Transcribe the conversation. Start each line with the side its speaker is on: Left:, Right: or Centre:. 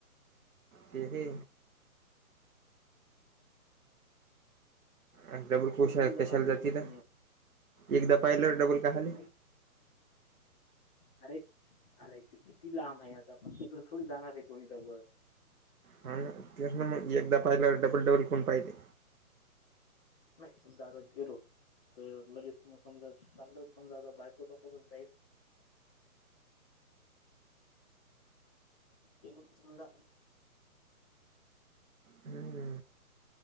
Right: कि हे अ डबल कोशा
Left: थोडी जाणार
Right: कशाला
Left: आहे
Right: जातील
Left: तिकडे कोणी
Right: ना एकदा पाहिलं डबल का आले
Left: होई अरे अरे ते किती लांब आहे आता पण तिकड थोडी डबल येतोणी त्या बर
Right: हा ना मग एकदा पाहिल्यावर डबल डबल कोण पाहिजे
Left: नाही समजा घेरू तर लगेच समजा समजा समजा आता बायको चा <unintelligible> जलू सुमंदा
Right: हम्म